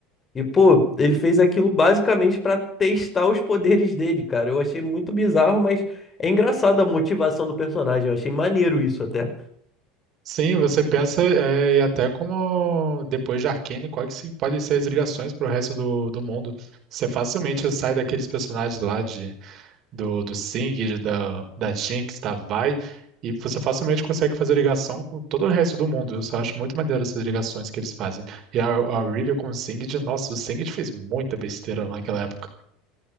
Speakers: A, on the left; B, on the right.
A: E, pô, ele fez aquilo basicamente pra testar os poderes dele, cara. Eu achei muito bizarro, mas é engraçado a motivação do personagem. Eu achei maneiro isso até.
B: Sim, você pensa, é, e até como depois de Arcane, quais que se- podem ser as ligações para o resto do, do mundo? Você facilmente sai daqueles personagens lá de, do, do Singed, da, da Jinx, da Vi, e você facilmente consegue fazer ligação com todo o resto do mundo. Eu só acho muito maneiro essas ligações que eles fazem. E a, a Riven com o Singed, nossa, o Singed fez muita besteira naquela época.